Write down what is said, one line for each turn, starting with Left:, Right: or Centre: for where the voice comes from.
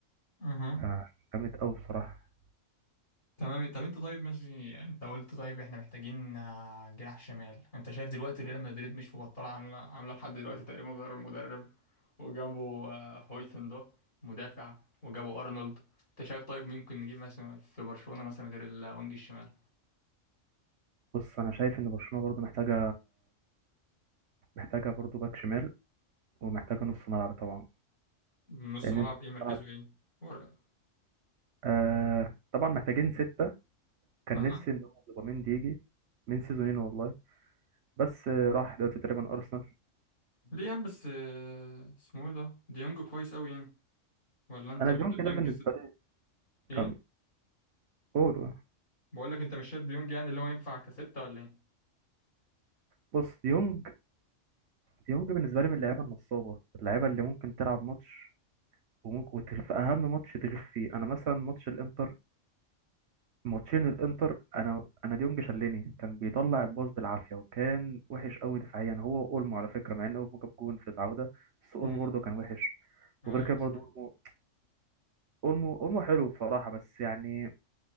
Left: اها
Right: آه، جامد قوي بصراحة
Left: تمام طب انت طيب ماشي انت قلت طيب احنا محتاجين آه، جناح شمال انت شايف دلوقتي ريال مدريد مش مبطله عامله عامله لحد دلوقتي تقريبا غير المدرب وجابوا آه، هويسن ده مدافع وجابوا ارنولد انت شايف طيب ممكن نجيب مثلا في برشلونه مثلا غير الوينج الشمال
Right: بص أنا شايف إن برشلونة برضو محتاجة محتاجة برضو باك شمال ومحتاجة نص ملعب طبعا
Left: نص
Right: لأن
Left: ملعب
Right: أنت نص
Left: ايه مركزه
Right: ملعب
Left: ايه ورا
Right: آه طبعا محتاجين ستة كان
Left: اها
Right: نفسي إن هو زوباميندي يجي من سيزونين والله بس آه، راح دلوقتي تقريبا أرسنال
Left: ليه يعني بس آه، اسمه ايه ده ديونج كويس قوي يعني ولا انت
Right: أنا
Left: مش
Right: ديونج
Left: شايف
Right: ده
Left: ديونج
Right: بالنسبة لي
Left: ايه
Right: كان قول
Left: بقول لك انت مش شايف ديونج يعني اللي هو ينفع كستة ولا ايه
Right: بص ديونج ديونج بالنسبة لي من اللعيبة النصابة اللعيبة اللي ممكن تلعب ماتش وممكن وتغ- في أهم ماتش تغيب فيه أنا مثلا ماتش الإنتر ماتشين الانتر انا انا ديونج شلني كان بيطلع الباص بالعافيه وكان وحش قوي دفاعيا هو اولمو على فكره مع ان اولمو جاب جون في العوده بس اولمو
Left: امم
Right: برضه كان وحش
Left: ايوه
Right: وغير كده
Left: الصراحة.
Right: برضه اولمو اولمو اولمو حلو بصراحه بس يعني